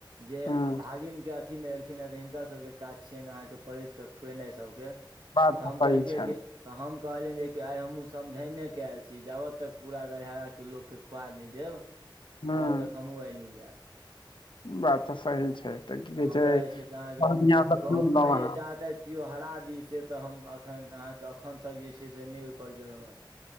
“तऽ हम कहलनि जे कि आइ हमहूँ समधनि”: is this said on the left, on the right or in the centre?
Right